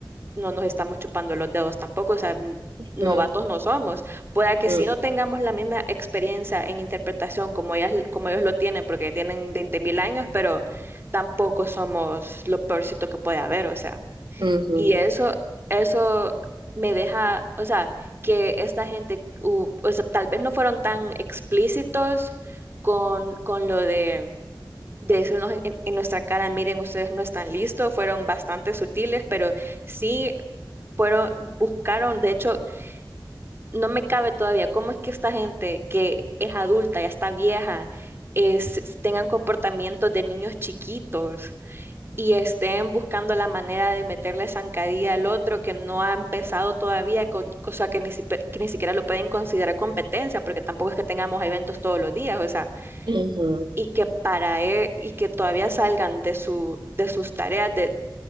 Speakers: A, on the right (about 30°); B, on the right (about 70°).
A: no nos estamos chupando los dedos tampoco, o sea, n-
B: ujú,
A: novatos no somos. Pueda que
B: ujú,
A: si no tengamos la misma experiencia en interpretación como ellas, como ellos lo tienen, porque tienen 20.000 años, pero tampoco somos lo peorcito que puede haber, o sea.
B: ujú,
A: Y eso, eso me deja, o sea, que esta gente, u- o sea, tal vez no fueron tan explícitos con, con lo de, de decirnos en, en- en nuestra cara, miren, ustedes no están listos, fueron bastante sutiles, pero sí fueron, buscaron, de hecho, no me cabe todavía cómo es que esta gente que es adulta, ya está vieja, es, tengan comportamientos de niños chiquitos y estén buscando la manera de meterle zancadilla al otro que no ha empezado todavía, con, cosa que ni, si- que ni siquiera lo pueden considerar competencia, porque tampoco es que tengamos eventos todos los días, o sea,
B: ujú,
A: y que para e- y que todavía salgan de su, de sus tareas, de,